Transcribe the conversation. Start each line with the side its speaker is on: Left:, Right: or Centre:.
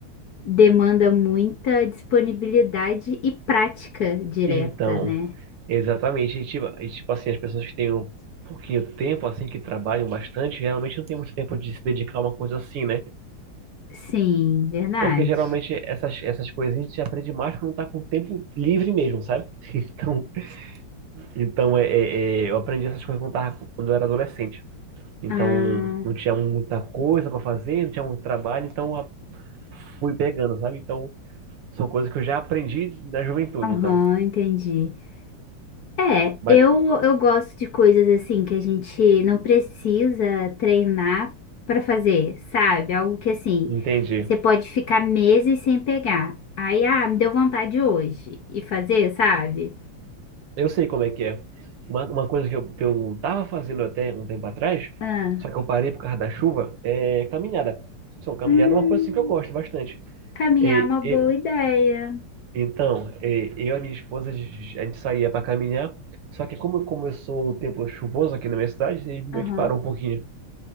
Left: demanda muita disponibilidade e prática direta,
Right: Então,
Left: né?
Right: exatamente, e tipo, e tipo assim, as pessoas que têm um pouquinho de tempo, assim, que trabalham bastante, geralmente não tem muito tempo de se dedicar a uma coisa assim, né?
Left: Sim, verdade.
Right: Porque geralmente essas, essas coisinhas a gente aprende mais quando tá com tempo livre mesmo, sabe? <laughs> Então, então é, é- é, eu aprendi essas coisas quando, tava, quando eu era adolescente. Então,
Left: Ah,
Right: não tinha muita coisa para fazer, não tinha muito trabalho, então a- fui pegando, sabe? Então, São coisas que eu já aprendi da juventude,
Left: aham,
Right: então.
Left: entendi. É,
Right: Mas,
Left: eu, eu gosto de coisas assim que a gente não precisa treinar pra fazer, sabe? Algo que assim,
Right: entendi.
Left: você pode ficar meses sem pegar. Aí, ah, me deu vontade hoje e fazer, sabe?
Right: Eu sei como é que é. Uma, uma coisa que eu, que eu tava fazendo até um tempo atrás,
Left: Ah,
Right: só que eu parei por causa da chuva, é caminhada. São caminhada
Left: hum,
Right: é uma coisa assim que eu gosto bastante.
Left: caminhar
Right: É,
Left: é uma boa
Right: eu-
Left: ideia.
Right: então, é, eu e a minha esposa, a gente saía para caminhar, só que como começou o tempo chuvoso aqui na minha cidade, a gente meio
Left: Aham.
Right: que parou um pouquinho.